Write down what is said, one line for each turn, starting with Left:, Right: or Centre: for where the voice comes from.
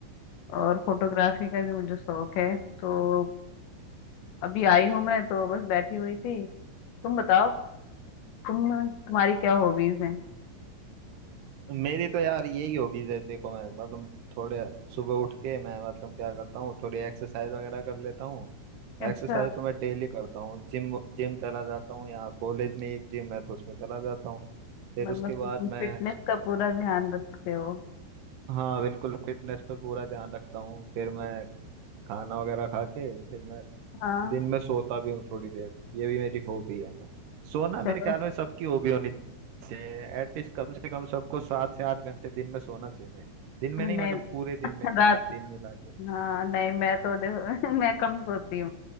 Left: और फोटोग्राफी का भी मुझे शौक है तो अभी आई हूँ मैं तो बस बैठी हुई थी तुम बताओ तुम तुम्हारी क्या हॉबीज हैं
Right: मेरी तो यार यही हॉबीज है देखो मैं मतलब थोड़े सुबह उठ के मैं मतलब क्या करता हूँ थोड़ी एक्सरसाइज वगैरह कर लेता हूँ
Left: अच्छा
Right: एक्सरसाइज तो मैं डेली करता हूँ जिम जिम चला जाता हूँ यहाँ कॉलेज में एक जिम है तो उसमें चला जाता हूँ फिर
Left: मतलब
Right: उसके बाद मैं
Left: फिटनेस का पूरा ध्यान रखते हो
Right: हाँ बिल्कुल फिटनेस पे पूरा ध्यान रखता हूँ फिर मैं खाना वगैरह खा के फिर मैं
Left: हाँ
Right: दिन में सोता भी हूँ थोड़ी देर ये भी मेरी हॉबी है सोना
Left: चलो
Right: मेरे ख्याल में सबकी हॉबी होनी चाहिए एटलीस्ट कम से कम सबको सात से आठ घंटे दिन में सोना चाहिए दिन में
Left: नहीं
Right: नहीं मतलब पूरे दिन में रात
Left: रात
Right: दिन मिला के।
Left: हाँ नहीं मैं तो देखो <laughs> मैं कम सोती हूँ